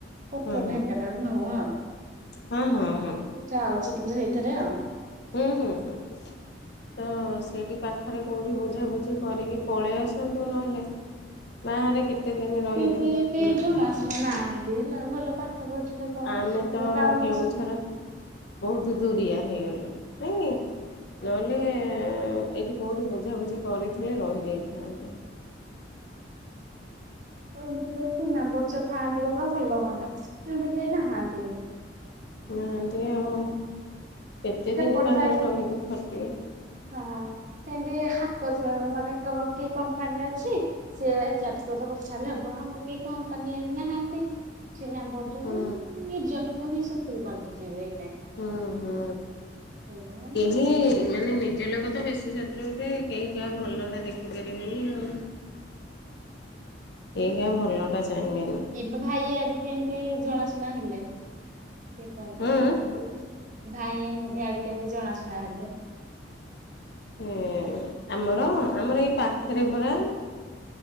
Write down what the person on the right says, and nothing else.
ପପର୍
ଢେଙ୍କାନାଳ ନୁହଁ ଆଉ।
ଯାଉଛି କିନ୍ତୁ ସେଇଥେରେ ଆଉ।
କେହି କେହି ଜଣାଶୁଣା ନାହାନ୍ତି ହେଲା, ଭଲ ପାଠ ପଢୁଥିଲେ କଣ
ମୋ କାମ
ହଁ
ତ
ତ ଏମିତି ତ ଚିହ୍ନାପରିଚ ଥାଆନ୍ତି <unintelligible> ହେଲେ ହନ୍ତା ସିନ୍ତି କେହି ନାହାନ୍ତି।
ସେପଟ
ସାଇଟ୍
ହଁ ସେମିତି ହାତ ଥିଲା ମାନେ କିଏ କମ୍ପାନୀରେ ଅଛି। ସିଏ ଏ ଚାରିଟୋକତ ଛାଡିଲେ ହବ ଆଁ ମୋର କିଏ କମ୍ପାନିଆଣି ନାହାନ୍ତି। ଚିହ୍ନା ପରିଚିତ
ନିଜ ଲୋକ ହିଁ ଶତ୍ରୁ ପାଲଟି ଯିବେ।
ସେଇପା।
ଏବେ ଭାଇ ଆଡୁ କେମତି ଜଣାଶୁଣା ହେଲେ କିଏ କରିଦଲେ
<unintelligible> ଭାଇ ଇଆଡେ କେମିତି ଜଣାଶୁଣା ହେଲେ।